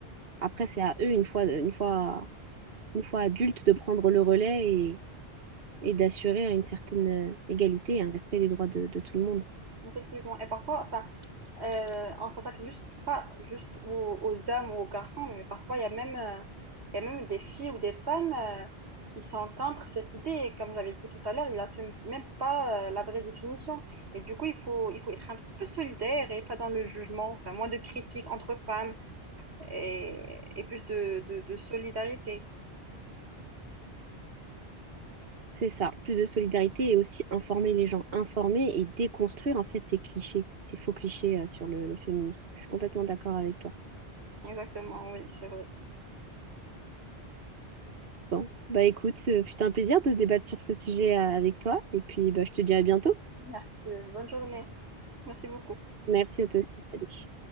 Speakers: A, on the right; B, on the right.
A: après c'est à eux une fois une fois une fois adultes de prendre le relais et, et d'assurer une certaine euh, égalité et un respect des droits de, de tout le monde.
B: effectivement. Et parfois, enfin, euh, on s'attaque juste pas juste aux, aux hommes ou aux garçons, mais parfois il y a même, euh, il y a même des filles ou des femmes euh, qui sont contre cette idée. Et comme j'avais dit tout à l'heure, ils n'assument même pas euh, la vraie définition. Et du coup, il faut, il faut être un petit peu solidaire et pas dans le jugement, enfin, moins de critiques entre femmes et, et plus de, de de solidarité.
A: C'est ça, plus de solidarité et aussi informer les gens, informer et déconstruire en fait ces clichés, ces faux clichés euh, sur le, le féminisme. Je suis complètement d'accord avec toi.
B: Exactement, oui, c'est vrai.
A: Bon, bah écoute, ce fut un plaisir de débattre sur ce sujet euh, avec toi et puis bah je te dis à bientôt.
B: Merci. Bonne journée. Merci beaucoup.
A: Merci à toi aussi. Salut.